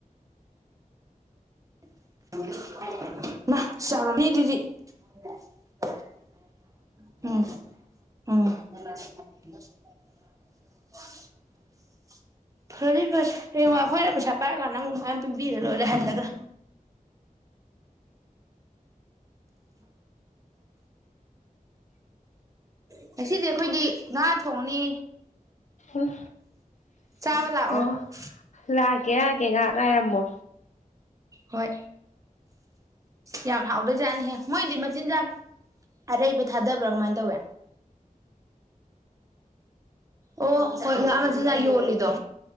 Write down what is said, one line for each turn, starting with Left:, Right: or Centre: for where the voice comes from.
Right: <unintelligible> ꯐꯔꯦ ꯐꯔꯦ ꯍꯌꯦꯡ ꯑꯩꯈꯣꯏꯅ ꯄꯩꯁꯥ ꯄꯥꯏꯔꯀꯥꯟꯗ ꯑꯃꯨꯛ ꯃꯌꯥꯝ ꯄꯤꯕꯤꯔ ꯂꯣꯏꯔꯦ ꯍꯜꯂꯒ ꯉꯁꯤꯗꯤ ꯑꯩꯈꯣꯏꯗꯤ ꯉꯥ ꯊꯣꯡꯅꯤ
Left: ꯎꯝ
Right: ꯆꯥꯕ ꯂꯥꯛꯑꯣ
Left: ꯑꯣ ꯂꯥꯛꯀꯦ ꯂꯥꯛꯀꯦ ꯉꯥꯍꯥꯛ ꯉꯥꯏꯔꯝꯃꯣ
Right: ꯍꯣꯏ ꯌꯥꯝ ꯍꯥꯎꯗꯣꯏꯖꯥꯠꯅꯤꯍꯦ ꯃꯣꯏꯗꯤ ꯃꯆꯤꯟꯖꯥꯛ ꯑꯔꯩꯕ ꯊꯥꯗꯕ꯭ꯔꯥ ꯀꯃꯥꯏꯅ ꯇꯧꯋꯦ ꯑꯣ ꯍꯣꯏ ꯉꯥ ꯃꯆꯤꯟꯖꯥꯛ ꯌꯣꯜꯂꯤꯗꯣ